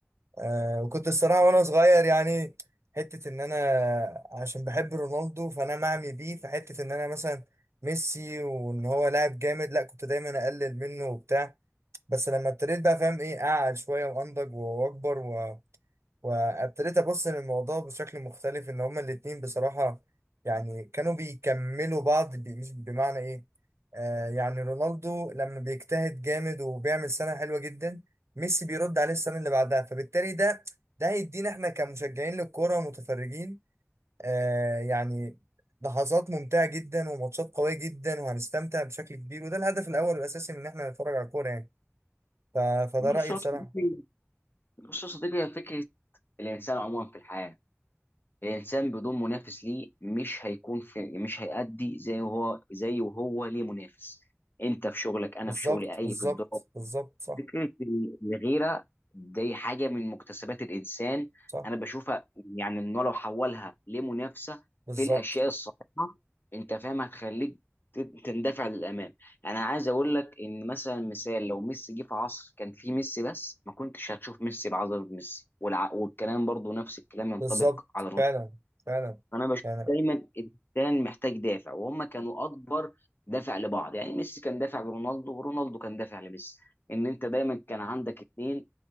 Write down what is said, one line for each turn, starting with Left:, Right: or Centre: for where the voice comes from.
Right: أه وكنت الصراحه وانا صغير يعني حته ان انا عشان بحب رونالدو فانا معمي بيه في حته ان انا مثلا ميسي وان هو لاعب جامد لا كنت دايما اقلل منه وبتاع بس لما ابتديت بقى فاهم ايه قاعد شويه وانضج واكبر و... وابتديت ابص للموضوع بشكل مختلف ان هما الاتنين بصراحه يعني كانوا بيكملوا بعض ب... مش بمعنى ايه آه يعني رونالدو لما بيجتهد جامد وبيعمل سنه حلوه جدا ميسي بيرد عليه السنه اللي بعدها فبالتالي ده ده هيدينا احنا كمشجعين للكوره ومتفرجين آه يعني لحظات ممتعه جدا وماتشات قويه جدا وهنستمتع بشكل كبير وده الهدف الاول والاساسي من ان احنا نتفرج على الكوره يعني ف... فده
Left: بص
Right: رأيي
Left: يا
Right: بصراحة
Left: صديقي بص يا صديقي هي فكره الانسان عموما في الحياه الانسان بدون منافس ليه مش هيكون في مش هيأدي زي هو زي وهو ليه منافس انت في شغلك انا
Right: بالظبط
Left: في شغلي اي
Right: بالظبط
Left: في الدور
Right: بالظبط صح
Left: فكره ال- الغيره دي حاجه من مكتسبات الانسان
Right: صح
Left: انا بشوفها يعني انه لو حولها لمنافسه
Right: بالظبط
Left: في الاشياء الصحيحه انت فاهم هتخليك ت- تندفع للامام انا عايز اقول لك ان مثلا مثال لو ميسي جه في عصر كان فيه ميسي بس ما كنتش هتشوف ميسي بعظمه ميسي والع... والكلام برضو نفس الكلام ينطبق
Right: بالظبط
Left: على رونالدو
Right: فعلا فعلا
Left: انا بشوف
Right: يعني
Left: دايما الانسان محتاج دافع وهم كانوا اكبر دافع لبعض يعني ميسي كان دافع لرونالدو ورونالدو كان دافع لميسي ان انت دايما كان عندك اتنين